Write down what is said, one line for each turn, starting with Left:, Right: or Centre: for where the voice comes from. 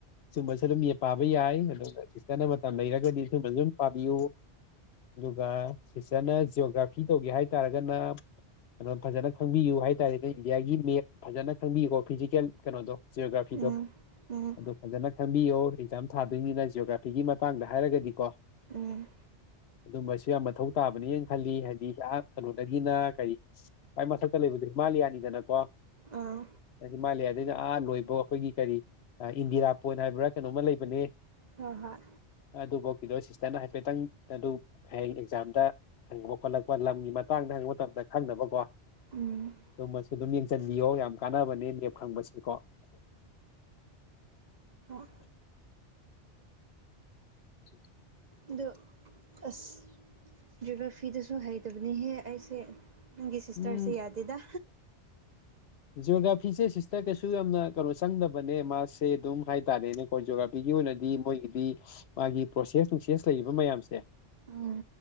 Left: ꯁꯨꯝꯕꯁꯨ ꯑꯗꯨꯝ ꯄꯥꯕ ꯌꯥꯏ ꯑꯗꯨꯒ ꯁꯤꯁꯇꯔꯅ ꯃꯇꯝ ꯂꯩꯔꯒꯗꯤ ꯁꯨꯝꯕꯁꯨ ꯑꯗꯨꯝ ꯄꯥꯕꯤꯌꯨ ꯑꯗꯨꯒ ꯁꯤꯇꯔꯅ ꯖꯤꯑꯣꯒ꯭ꯔꯥꯐꯤ ꯇꯧꯒꯦ ꯍꯥꯏꯇꯥꯔꯒꯅ ꯀ ꯐꯖꯅ ꯈꯪꯕꯤꯌꯨ ꯍꯥꯏꯇꯥꯔꯅꯦ ꯏꯟꯗꯤꯌꯥꯒꯤ ꯃꯦꯠ ꯐꯖꯅ ꯈꯪꯕꯤꯌꯦꯀꯣ ꯐꯤꯖꯤꯀꯦꯜ ꯀꯩꯅꯣꯗꯣ ꯖꯤꯑꯣꯒ꯭ꯔꯥꯐꯤꯗꯣ
Right: ꯎꯝ ꯎꯝ
Left: ꯑꯗꯣ ꯐꯖꯅ ꯈꯪꯕꯤꯌꯣ ꯑꯦꯛꯖꯥꯝ ꯊꯥꯗꯣꯏꯅꯤꯅ ꯖꯤꯑꯣꯒ꯭ꯔꯥꯐꯤꯒꯤ ꯃꯇꯥꯡꯗ ꯍꯥꯏꯔꯒꯗꯤꯀꯣ
Right: ꯎꯝ
Left: ꯑꯗꯨꯝꯕꯁꯨ ꯌꯥꯝ ꯃꯊꯧ ꯇꯥꯕꯅꯦꯅ ꯈꯜꯂꯤ ꯍꯥꯏꯗꯤ ꯀꯩꯅꯣꯗꯒꯤꯅ ꯀꯔꯤ ꯑꯩꯥꯏ ꯃꯊꯛꯇ ꯂꯩꯕꯗꯨ ꯃꯥꯜꯂꯤ ꯌꯥꯅꯤꯗꯅꯀꯣ
Right: ꯑꯥ
Left: ꯍꯤꯃꯥꯂꯌꯥꯗꯩꯅ ꯑꯥ ꯂꯣꯏꯕ ꯑꯩꯈꯣꯏꯒꯤ ꯀꯔꯤ ꯏꯟꯗꯤꯔꯥ ꯄꯣꯏꯟ ꯍꯥꯏꯕ꯭ꯔꯥ ꯀꯩꯅꯣꯝꯃ ꯂꯩꯕꯅꯦ
Right: ꯍꯣꯏ ꯍꯣꯏ
Left: ꯑꯗꯨꯕꯨ ꯀꯗꯣ ꯁꯤꯁꯇꯔꯅ ꯍꯥꯏꯐꯦꯠꯇꯪ ꯑꯗꯨ ꯍꯌꯦꯡ ꯑꯦꯛꯖꯥꯝꯗ ꯍꯪꯕ ꯈꯣꯠꯂꯛꯄ ꯂꯝꯒꯤ ꯃꯇꯥꯡꯗ ꯍꯪꯕ ꯃꯇꯝꯗ ꯈꯪꯅꯕꯀꯣ
Right: ꯎꯝ
Left: ꯑꯗꯨ ꯃꯁꯤꯁꯨ ꯑꯗꯨꯝ ꯌꯦꯡꯁꯤꯟꯕꯤꯌꯣ ꯌꯥꯝ ꯀꯥꯟꯅꯕꯅꯦ ꯂꯦꯞ ꯐꯪꯕꯁꯤꯀꯣ
Right: ꯍꯣꯏ
Left: ꯎ
Right: ꯑꯗꯣ ꯑꯁ ꯖꯒꯥ ꯐꯤꯗꯁꯨ ꯍꯩꯇꯕꯅꯤꯍꯦ ꯑꯩꯁꯦ ꯅꯪꯒꯤ ꯁꯤꯁꯇꯔꯁꯦ
Left: ꯎꯝ
Right: ꯌꯥꯗꯦꯗ
Left: ꯖꯤꯑꯣꯒ꯭ꯔꯥꯐꯤꯁꯦ ꯁꯤꯁꯇ ꯀꯩꯁꯨ ꯌꯥꯝꯅ ꯀꯩꯅꯣ ꯆꯪꯗꯕꯅꯦ ꯃꯥꯁꯦ ꯑꯗꯨꯝ ꯍꯥꯏꯇꯥꯔꯦꯅꯦ ꯀꯣꯔꯣꯖꯤꯣꯒ꯭ꯔꯥꯐꯤꯒꯤ ꯑꯣꯏꯅꯗꯤ ꯃꯣꯏꯒꯤꯗꯤ ꯃꯥꯒꯤ ꯄ꯭ꯔꯣꯁꯦꯁ ꯅꯨꯡꯁꯦꯁ ꯂꯩꯔꯤꯕ ꯃꯌꯥꯝꯁꯦ
Right: ꯎꯝ